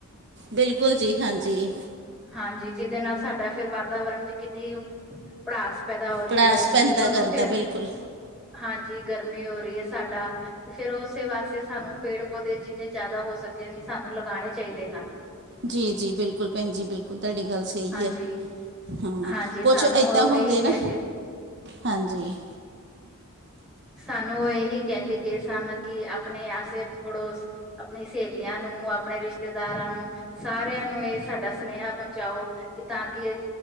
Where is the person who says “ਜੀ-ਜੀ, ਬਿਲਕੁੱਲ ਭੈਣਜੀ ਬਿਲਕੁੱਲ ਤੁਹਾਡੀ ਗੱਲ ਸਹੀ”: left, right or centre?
Right